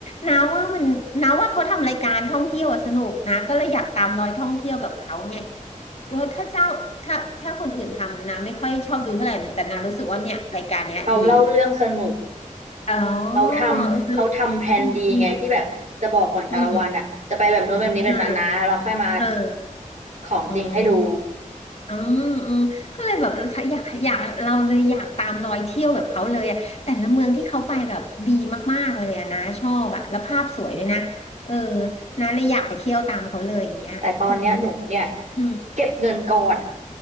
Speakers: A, on the left (about 50°); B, on the right (about 60°).
A: นาว่ามันนาว่าเขาทำรายการท่องเที่ยวอะสนุกนะก็เลยอยากตามรอยท่องเที่ยวแบบเขาไง ถ้าเจ้าถ้าถ้าคนอื่นทำนาไม่ค่อยชอบดูเท่าไหร่แต่นารู้สึกว่าเนี่ยรายการเนี้ยดี
B: เขาเล่าเรื่องสนุก
A: อ๋อ
B: เขาทำเขาทำแผนดีไงที่แบบจะบอกก่อนแต่ละวันอ่ะจะไปแบบนู้นแบบนี้แบบนั้นนะเราค่อยมา
A: เอออืมอืมอืมเออเออ
B: ของจริงให้ดู
A: อืมอืมอืมก็เลยแบบอยากอยากเราเลยอยากตามรอยเที่ยวแบบเขาเลยอะแต่ละเมืองที่เขาไปแบบดีมากๆเลยอะนะชอบอะแล้วภาพสวยด้วยนะเออนะเลยอยากไปเที่ยวตามเขาเลยอย่างเงี้ยอืม
B: แต่ตอนเนี้ยหนูเนี่ย
A: อืม
B: เก็บเงินก่อน